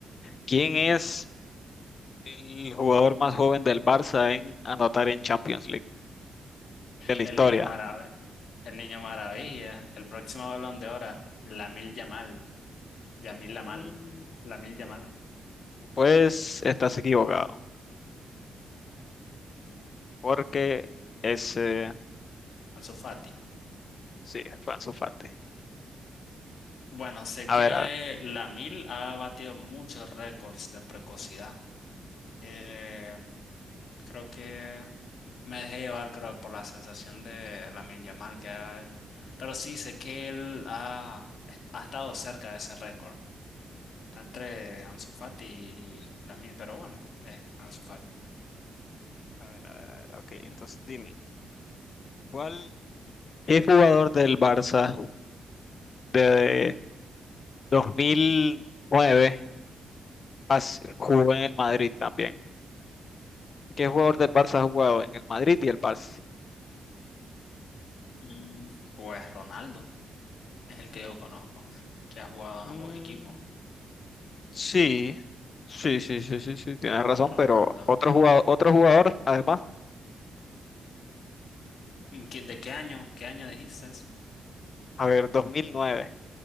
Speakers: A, on the left; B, on the left.
A: ¿Quién es El jugador más joven del Barça en anotar en Champions League de la
B: El
A: historia.
B: niño marav- el niño maravilla, el próximo Balón de Oro, Lamil Yamal, Yamil Lamal,
A: Mm,
B: Lamil Yamal,
A: Pues estás equivocado, porque ese
B: Ansu Fati.
A: sí, fue Ansu Fati.
B: Bueno, sé
A: A
B: que
A: ver, a ver,
B: eh, Lamil ha batido muchos récords de precocidad. Eh, creo que me dejé llevar, creo, por la sensación de Lamil Yamal que ha... Pero sí, sé que él ha, ha estado cerca de ese récord. Está entre Ansu Fati y Lamil, pero bueno, eh, Ansu Fati.
A: A ver, a ver, a ver. Ok, entonces dime, ¿cuál? ¿qué jugador del Barça de 2009 as- jugó en el Madrid también? ¿Qué jugador del Barça ha jugado en el Madrid y el Barça?
B: Mm, Pues Ronaldo es el que yo conozco, que ha jugado en
A: Mm,
B: ambos equipos.
A: Sí, sí, sí, sí, sí, sí, tienes razón,
B: Ronaldo,
A: pero otro
B: el,
A: jugador, otro jugador, además.
B: ¿en qué- ¿de qué año? ¿Qué año dijiste?
A: A ver, dos mil nueve